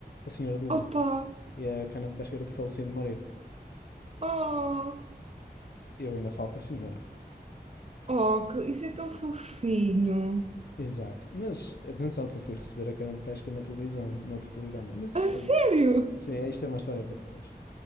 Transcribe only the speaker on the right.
Opa!
Oh!
Oh, que- isso é tão fofinho!
A sério?